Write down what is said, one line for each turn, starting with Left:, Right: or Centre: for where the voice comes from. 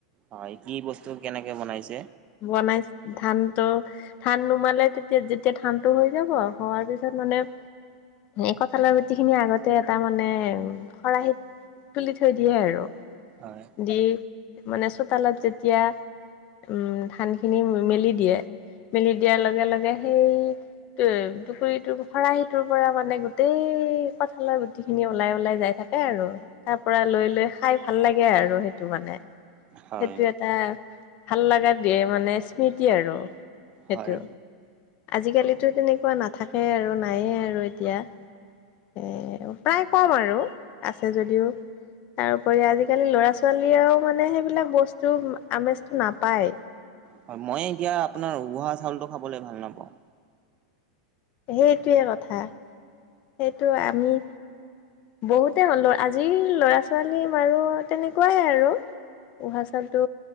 Right: হয় কি বস্তু কেনেকে বনাইছে?
Left: বনাইছ ধান টো ধান নুমালে তেতিয়া যেতিয়া ধানটো হৈ যাব হোৱাৰ পিছত মানে হেই কঁঠালৰ গুট গুটিখিনি আগতে এটা মানে খৰাহিত তুলি থৈ দিয়ে আৰু।
Right: হয়।
Left: দি মানে চোতালত যেতিয়া উম, ধান খিনি মেলি দিয়ে মেলি দিয়াৰ লগে -লগে সেই তে টুকুৰিটোৰ খৰাহিটোৰ পৰা মানে গোটেই হে কঁঠালৰ গুটি খিনি ওলাই -ওলাই যাই থাকে আৰু। তাৰ পৰা লৈ -লৈ খাই ভাল লাগে আৰু সেইটো মানে।
Right: হয়
Left: সেইটো এটা ভাল লাগা দিয়ে মানে স্মৃতি আৰু। সেইটো
Right: হয়
Left: আজিকালিতো তেনেকুৱা নাথাকে আৰু নায়ে আৰু এতিয়া। এ প্ৰায় কম আৰু আছে যদিও। তাৰউপৰি আজিকালি ল'ৰা- ছোৱালীয়েও মানে সেইবিলাক বস্তু আমেজটো নাপায়।
Right: হয় মই এতিয়া আপোনাৰ উহা চাউলটো খাবলে ভাল নাপাওঁ।
Left: সেইটোৱে কথা সেইটো আমি বহুতে হ'লো আজিৰ ল'ৰা- ছোৱালী বাৰু তেনেকুৱাই আৰু। উহা চাউলটো